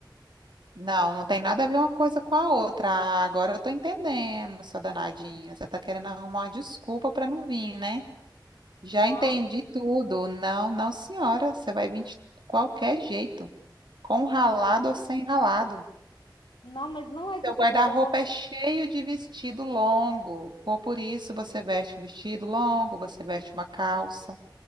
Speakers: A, on the right; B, on the left.
A: não, não tem nada a ver uma coisa com a outra. Ah, agora eu tô entendendo, sua danadinha. Você tá querendo arrumar uma desculpa para não vir, né? Já
B: Não,
A: entendi tudo. Não, não, senhora. Você vai vir de qualquer jeito, com ralado
B: ah,
A: ou sem ralado.
B: não, mas não é desculpa,
A: Seu guarda-roupa
B: eu vou.
A: é cheio de vestido longo. Ou por isso você veste um vestido longo, você veste uma calça.